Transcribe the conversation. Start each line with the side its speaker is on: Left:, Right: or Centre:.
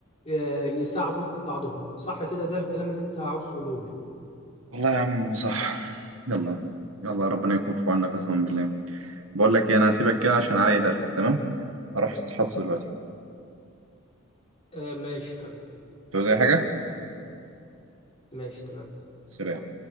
Left: آه، يساعدوا بعضهم صح كده ده الكلام اللي أنت عاوز تقوله لي
Right: والله يا عم صح يلا يلا ربنا يكون في عوننا قسما بالله بقول لك ايه انا هسيبك كده عشان عليا درس تمام اروح استحصى دلوقتي
Left: آه، ماشي حبيبي
Right: تعوز اي حاجه
Left: ماشي تمام
Right: سلام